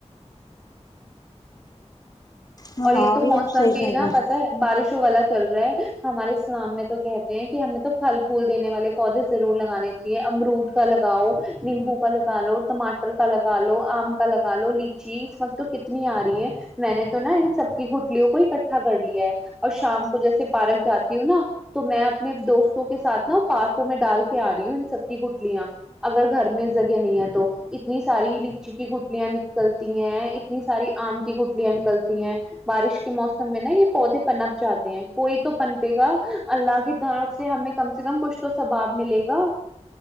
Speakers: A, on the left; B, in the centre.
A: ہاں
B: اور یہ تو
A: بھی
B: موسم
A: اب صحیح
B: بھی
A: کہہ
B: نا
A: رہے
B: پتہ ہے بارش و والا چل رہا ہے ہمارے اسلام میں تو کہتے ہیں کہ ہم نے تو پھل پھول دینے والے پودے ضرور لگانے امرود کا لگاؤ نیمبو کا لگا لو ٹماٹر کا لگا لو آم کا لگا لو لیچی اس وقت تو کتنی آ رہی ہے میں نے تو نا کٹلیوں کو اکٹھا کر لیا ہے اور شام کو جیسے پارک جاتی ہوں نا تو میں اپنے دوستوں کے ساتھ نا پارک کو میں ڈال کے آ رہی ہوں سب کی گٹلیاں اگر گھر میں جگہ نہیں ہے تو اتنی ساری لچی کی گٹلیاں نکلتی ہیں اتنی ساری آم کی گٹلیاں نکلتی ہیں بارش کے موسم میں نا یہ پودے پنپ جاہتے ہیں کوئی تو پن پے گا اللہ کی طرف سے ہمیں کم سے کم کچھ تو ثباب ملے گا